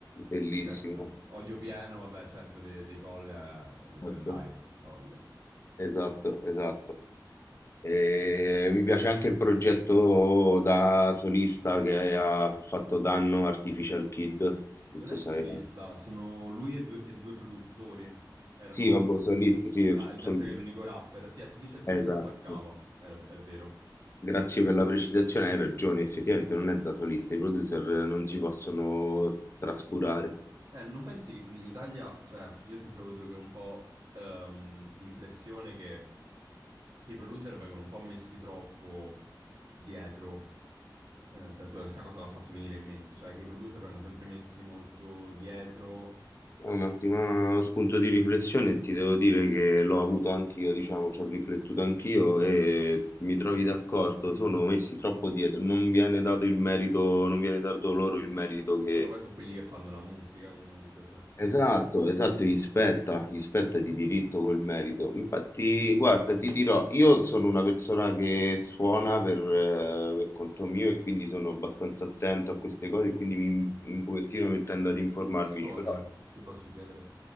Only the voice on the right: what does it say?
Sì, certo. Odio pieno, vabbè, certo, de- dei, Coll è leggendario,
la voglia.
Non
è
solista,
sono lui e due, e due produttori. Erano...
l-
Ah, nel
senso che è l'unico rapper. Sì, Artificial Kid
spaccava, era- è vero.
Eh, non pensi che in Italia, cioè, io ho sempre avuto che un po' ehm, impressione che che i producer vengono un po' messi troppo dietro. Eh, cioè, scusa, questa cosa mi ha fatto venire in mente. Cioè, che i producer vengono sempre messi molto dietro.
Quando poi sono quelli che fanno la musica, comunque, certo.
Mhm.
Che suoni,
se posso chiedere?